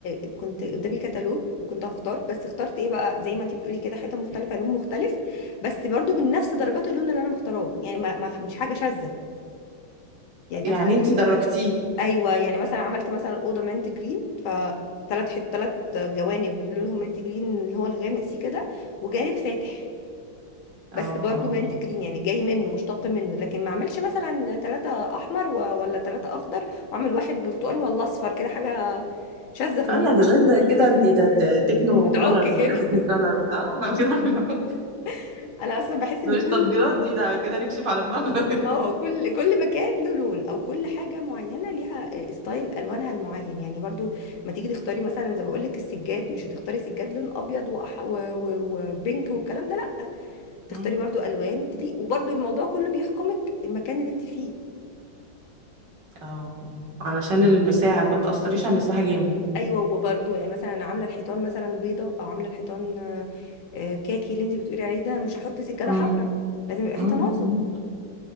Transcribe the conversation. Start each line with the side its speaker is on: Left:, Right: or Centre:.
Left: آه، كنت قدامي كتالوج وكنت هختار بس اخترت ايه بقى زي ما انت بتقولي كده حيطة مختلفة لون مختلف بس برضو من نفس درجات اللون اللي انا مختاراه يعني ما ما- مش حاجة شاذة يعني
Right: يعني
Left: مثلا
Right: انتي درجتيه
Left: ايوه يعني مثلا عملت مثلا أوضة منت جرين ف ثلاث حت ثلاث جوانب لونهم منت جرين اللي هو الغامق سي كده وجانب فاتح
Right: اه
Left: بس برضو مانت جرين يعني جاي منه مشتق منه لكن ما اعملش مثلا ثلاثة احمر و... ولا ثلاثة اخضر واعمل واحد برتقاني ولا اصفر كده حاجة شاذة في النص
Right: انا ده ده كده انتي ده, ده تكنو
Left: بتعك
Right: كولرز
Left: كده
Right: ولا تكني كولرز اه انا كده بنحط
Left: <laughs> انا اصلا بحس ان
Right: ده
Left: كل
Right: مش تفضيلات دي ده كده نكشف على دماغنا
Left: اه كل كل مكان له لون او كل حاجة معينة ليها ستايل الوانها المعين يعني برضو ما تيجي تختاري مثلا زي ما بقول لك السجاد مش هتختاري سجاد لون ابيض وأح... و... و... وبينك والكلام ده لا تختاري
Right: <laughs>
Left: برضو الوان تليق وبرضو الموضوع كله بيحكمك المكان اللي انت فيه
Right: اه آه. علشان المساحة ما تأثريش على المساحة جامد
Left: ايوه وبرده يعني مثلا أنا عامله الحيطان مثلا بيضه او عامله الحيطان آه، آه، كاكي اللي انت بتقولي عليه ده مش هحط سجاده
Right: مم.
Left: حمراء لازم يبقى
Right: مم.
Left: في تناسق
Right: مم.